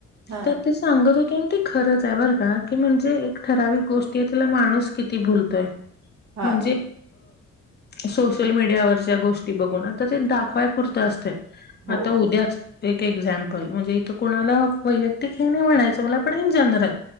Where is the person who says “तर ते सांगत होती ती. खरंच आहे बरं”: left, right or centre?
Left